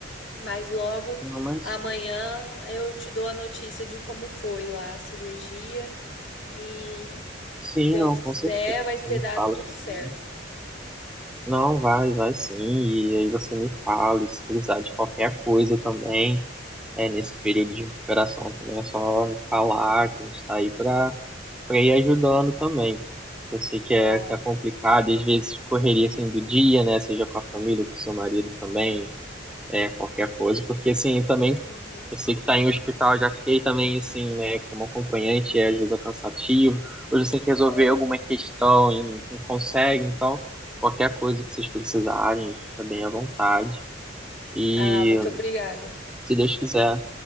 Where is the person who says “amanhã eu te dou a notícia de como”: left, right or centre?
Left